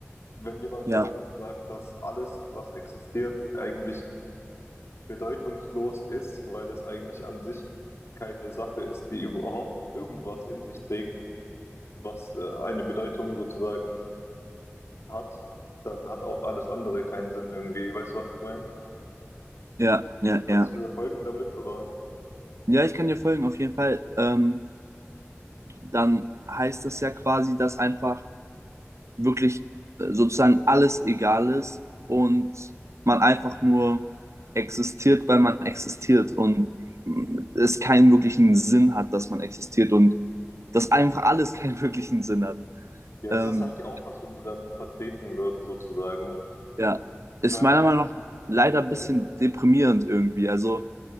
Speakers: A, on the left; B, on the right.
A: wenn jemand
B: Ja,
A: sagen, sagt, dass alles, was existiert, eigentlich bedeutungslos ist, weil es eigentlich an sich keine Sache ist, die überhaupt irgendwas in sich trägt, was äh, eine Bedeutung sozusagen hat, dann hat auch alles andere keinen Sinn irgendwie. Weißt du, was ich meine?
B: ja, ja,
A: Kannst
B: ja.
A: du mir folgen damit? Oder?
B: Ja, ich kann dir folgen, auf jeden Fall. Ähm, dann heißt das ja quasi, dass einfach wirklich äh, sozusagen alles egal ist und man einfach nur existiert, weil man existiert und mh, es keinen wirklichen Sinn hat, dass man existiert und dass einfach alles <laughs> keinen wirklichen Sinn hat.
A: Ja,
B: Ähm,
A: es ist halt die Auffassung, die dann vertreten wird, sozusagen.
B: ja,
A: Ich
B: ist
A: meine,
B: meiner Meinung nach leider
A: ja,
B: ein bisschen deprimierend irgendwie. Also,